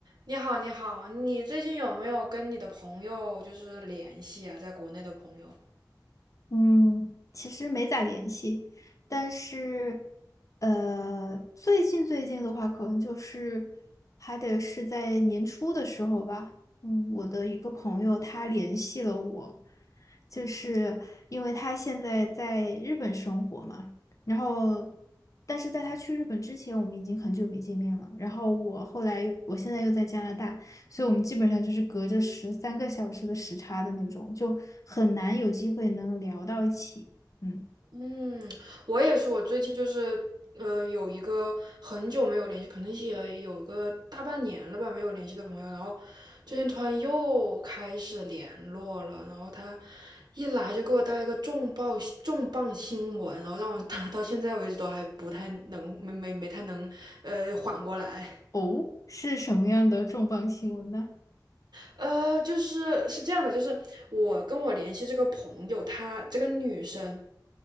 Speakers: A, on the right (about 65°); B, on the left (about 45°).
A: 你好，你好，你最近有没有跟你的朋友就是联系啊？在国内的朋友？
B: 嗯，其实没咋联系，但是，呃，最近最近的话，可能就是还得是在年初的时候吧。嗯，我的一个朋友他联系了我，就是因为他现在在日本生活嘛，然后，但是在他去日本之前，我们已经很久没见面了。然后我后来又，我现在又在加拿大。所以我们基本上就是隔着十三个小时的时差的那种，就很难有机会能聊到一起。嗯，
A: 嗯，我也是，我最近就是呃有一个很久没有联系，可能也有个大半年了吧，没有联系的朋友，然后最近突然又开始联络了，然后他一来就给我带一个重磅重磅新闻，然后让我 <laughs> 到到现在为止都还不太能没没没太能呃缓过来。
B: 哦，是什么样的重磅新闻呢？
A: 呃，就是是这样的，就是我跟我联系这个朋友，她这个女生，